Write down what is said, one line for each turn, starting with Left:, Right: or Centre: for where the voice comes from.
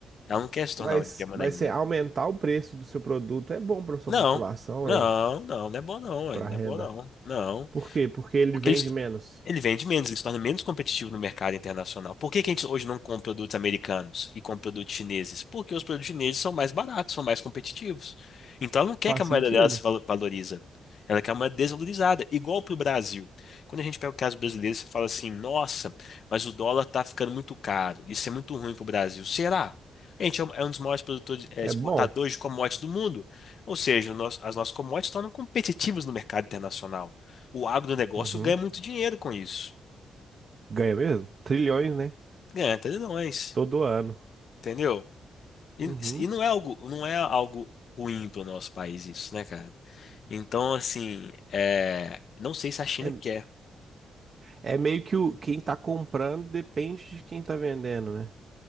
Left: Ela não quer se tornar
Right: Mas
Left: uma hegemona
Right: vai
Left: ainda.
Right: ser aumentar o preço do seu produto é bom para sua
Left: Não.
Right: população
Left: Não,
Right: e
Left: não, não é bom não, ué,
Right: para
Left: não
Right: renda.
Left: é bom não. Não.
Right: Por quê? Porque ele
Left: Porque
Right: vende
Left: eles,
Right: menos.
Left: Ele vende menos, ele se torna menos competitivo no mercado internacional. Por que que a gente hoje não compra produtos americanos e compra produtos chineses? Porque os produtos chineses são mais baratos, são mais competitivos. Então ela não quer
Right: Faz
Left: que a moeda
Right: sentido.
Left: dela se valo- valoriza. Ela quer uma moeda desvalorizada, igual para o Brasil. Quando a gente pega o caso brasileiro, você fala assim: nossa, mas o dólar está ficando muito caro, isso é muito ruim para o Brasil. Será? A gente é um é um dos maiores produtores, eh,
Right: É
Left: exportadores
Right: bom.
Left: de commodities do mundo. Ou seja, o nosso- as nossas commodities se tornam competitivas no mercado internacional o agronegócio
Right: Uhum.
Left: ganha muito dinheiro com isso.
Right: Ganha mesmo? Trilhões, né?
Left: Ganha até de nós,
Right: Todo ano.
Left: entendeu? E,
Right: Uhum.
Left: e não é algo, não é algo ruim para o nosso país isso, né, cara? Então, assim, é, não sei se a China
Right: É,
Left: quer.
Right: É meio que o, quem tá comprando depende de quem tá vendendo, né?